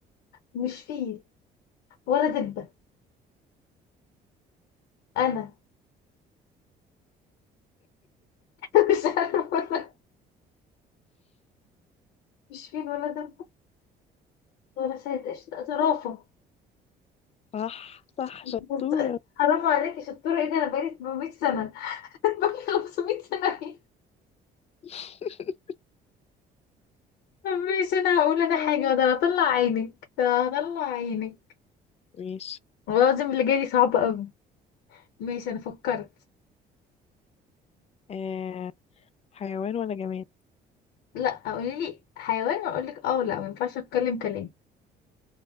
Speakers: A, on the left; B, on the left.
A: مش فيل ولا دبة أنا <laughs> مش عارفة ولا مش فيل ولا دبة ولا شاهد قشطة زرافة
B: صح صح
A: بص-
B: شطورة
A: حرام عليكي شطورة ايه ده أنا بقالي 800 سنة <laughs> بقالي 500 سنة ايه
B: <laughs>
A: مش أنا هقول
B: يا
A: أنا
B: لهوي.
A: حاجة ده أنا هطلع عينك ده هطلع عينك
B: ماشي
A: والله العظيم اللي جاي دي صعبة أوي ماشي أنا فكرت
B: آه حيوان ولا جماد
A: لأ قولي لي حيوان وأقول لك اه لأ مينفعش أتكلم كلام